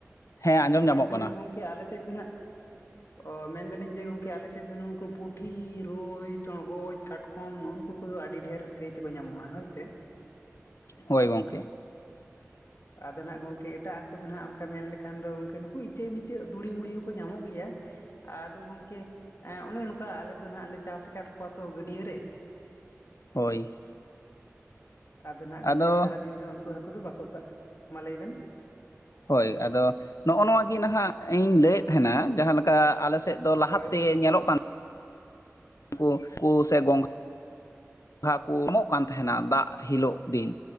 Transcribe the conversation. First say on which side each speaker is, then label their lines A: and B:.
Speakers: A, on the left; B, on the left.
A: ᱦᱮᱸ ᱟᱸᱡᱚᱢ
B: ᱚ
A: ᱧᱟᱢᱚᱜ
B: ᱢᱮᱱᱫᱟᱞᱤᱧ
A: ᱠᱟᱱᱟ
B: ᱜᱚᱢᱠᱮ ᱟᱞᱮ ᱥᱮᱫ ᱫᱚ ᱱᱟᱦᱟᱜ ᱚ ᱢᱮᱱᱫᱟᱞᱤᱧ ᱡᱮ ᱜᱚᱝᱠᱮ ᱟᱞᱮ ᱥᱮᱫ ᱫᱚ ᱱᱩᱠᱩ ᱯᱩᱴᱷᱤ ᱨᱩᱭ ᱪᱚᱲᱜᱚᱡ ᱠᱟᱴᱠᱚᱢ ᱠᱚᱢ ᱩᱱᱠᱩ ᱠᱚᱫᱚ ᱟᱹᱰᱤ ᱰᱷᱮᱨ ᱜᱟᱹᱭ ᱛᱮᱠᱚ ᱧᱟᱢᱚᱜ-ᱟ ᱦᱳᱭ ᱥᱮ
A: ᱦᱳᱭ ᱜᱚᱢᱠᱮ
B: ᱟᱫᱚ ᱦᱟᱸᱜ ᱜᱚᱢᱠᱮ ᱮᱴᱟᱜ ᱟᱠᱚ ᱫᱚ ᱟᱸᱜ ᱚᱱᱠᱟ ᱢᱮᱱ ᱞᱮᱠᱷᱟᱱ ᱫᱚ ᱜᱚᱝᱠᱮ ᱱᱩᱠᱩ ᱤᱪᱟᱹᱜ ᱤᱪᱟᱹᱜ ᱫᱩᱲᱤ ᱢᱩᱲᱤ ᱦᱚᱸᱠᱚ ᱧᱟᱢᱚᱜ ᱜᱮᱭᱟ ᱟᱫᱚ ᱜᱚᱝᱠᱮ ᱚᱱᱮ ᱚᱱᱠᱟ ᱟᱞᱮ ᱫᱚ ᱟᱜ ᱞᱮ ᱪᱟᱥ ᱟᱠᱟᱫ ᱠᱚᱣᱟ ᱛᱚ ᱜᱟᱹᱰᱭᱟᱹ ᱨᱮ
A: ᱦᱳᱭ
B: ᱟᱫᱚ ᱦᱟᱜ ᱜᱚᱢᱠᱮ
A: ᱟᱫᱚ
B: ᱥᱟᱨᱟᱫᱤᱱ ᱫᱚ ᱩᱱᱠᱩ ᱦᱟᱹᱠᱩ ᱫᱚ ᱵᱟᱠᱚ ᱥᱟᱜ ᱢᱟ ᱞᱟᱹᱭ ᱵᱮᱱ
A: ᱦᱳᱭ ᱟᱫᱚ ᱱᱚᱜᱼᱚ ᱱᱚᱣᱟ ᱜᱮᱧ ᱱᱟᱦᱟᱜ ᱤᱧ ᱞᱟᱹᱭᱮᱫ ᱛᱟᱦᱮᱱᱟ ᱡᱟᱦᱟᱸᱮ ᱞᱮᱠᱟ ᱟᱞᱮ ᱥᱮᱫ ᱫᱚ ᱞᱟᱦᱟᱛᱮ
B: ᱦᱳᱭ
A: ᱧᱮᱞᱚᱜ ᱠᱟᱱ ᱠᱚ ᱠᱚ ᱥᱮ ᱜᱚᱝ ᱜᱚᱜᱷᱟ ᱠᱚ ᱮᱢᱚᱜ ᱠᱟᱱ ᱛᱟᱦᱮᱱᱟ ᱫᱟᱜ ᱦᱤᱞᱳᱜ ᱫᱤᱱ